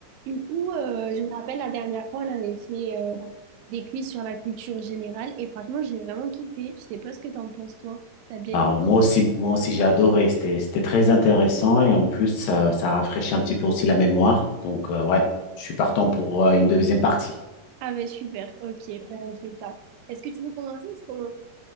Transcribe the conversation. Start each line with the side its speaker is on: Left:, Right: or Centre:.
Right: Du coup, euh, je me rappelle la dernière fois, on avait fait euh, des quiz sur la culture générale et franchement, j'ai vraiment kiffé. Je sais pas ce que t'en penses, toi. T'as bien
Left: Bah,
Right: aimé?
Left: moi aussi, moi aussi j'ai adoré, c'était c'était très intéressant et en plus ça, ça rafraîchit un petit peu aussi la mémoire. Donc euh, ouais, je suis partant pour euh, une deuxième partie.
Right: Ah ben super, ok, ben, on fait ça. Est-ce que tu veux commencer ou je commence?